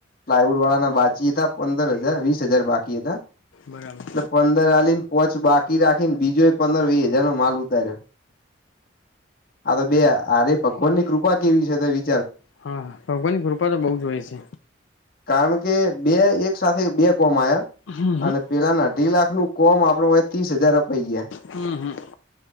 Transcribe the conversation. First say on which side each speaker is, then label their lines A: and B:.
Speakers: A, on the left; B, on the left.
A: પ્લાયવુડ વાળાના બાચી તા. પંદર હજાર, વીસ હજાર બાકી હતા. એટલે
B: બરાબર
A: પંદર આલીન પોચ બાકી રાખીન, બીજો એક પંદર-વી હજારનો માલ <unintelligible> હા, તો બે આરય પગવાનની કૃપા કેવી છે તે વિ
B: હા, ભગવાનની કૃપા તો બઉ જ હોય છે.
A: કારણ કે બે એક સાથે બે કોમ
B: હમ હમ
A: અને પેલાના અઢી લાખ નું કોમ આપણો હોય ત્રીસ હજાર અપાઈ
B: હમ્મ હમ્મ